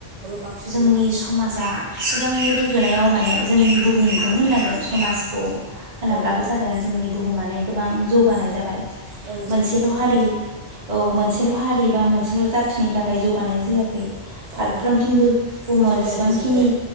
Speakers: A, on the right; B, on the right.
A: बांसिनमोन
B: जोंनि समाजा सिगां आंनि रुजुनायाव माने जोंनि बुहुमखौनो
A: औ
B: होननांगोन समाज औ अ होनाब्लाबो
A: औ
B: जागोन जोंनि बुहुमा ने गोबां जौगानाय जाबाय।
A: औ
B: मोनसेल'
A: जौगानाय जाबाय
B: हारि औ मोनसेल' हारि बा मोनसेल' जाथिनि थाख खाय जौगानाया जायाख खै फारफ्रोमथिंबो
A: औ
B: बुहुमाव
A: जौगाबोजोब्बाय
B: जेसेबांखिनि